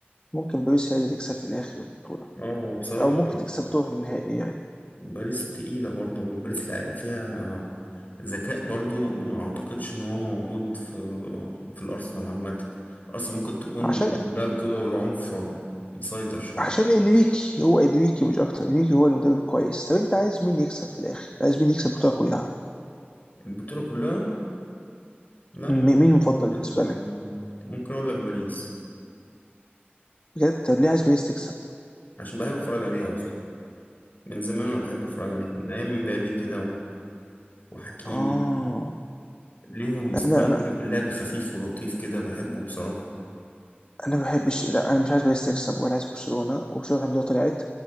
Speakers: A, on the left (about 25°); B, on the left (about 45°).
A: ممكن باريس هي اللي تكسب في الاخر البطوله
B: اه هو بصراحة
A: او ممكن تكسب دور النهائي يعني
B: باريس تقيلة برضو باريس لعب فيها ذكاء برضو ما اعتقدش ان هو موجود في في الارسنال عامة ارسنال ممكن تكون
A: عشان
B: ده القوة والعنف مسيطر شوية
A: عشان انريكي هو انريكي مش اكتر انريكي هو المدرب كويس طب انت عايز مين يكسب في الاخر عايز مين يكسب البطوله كلها
B: البطولة كلها لا
A: م-
B: ممكن
A: مين المفضل
B: اقول لك
A: بالنسبه لك
B: ممكن اقول لك باريس
A: بجد طب ليه عايز باريس تكسب
B: عشان بحب اتفرج عليها اصلا من زمان انا بحب اتفرج عليها من ايام مبابي كده و- وحكيمي
A: اه
B: ليهم ستايل
A: انا انا
B: كده في اللعب خفيف ولطيف كده بحبه بصراحة
A: انا ما بحبش لا انا مش عايز باريس تكسب ولا عايز برشلونه وبرشلونه الحمد لله طلعت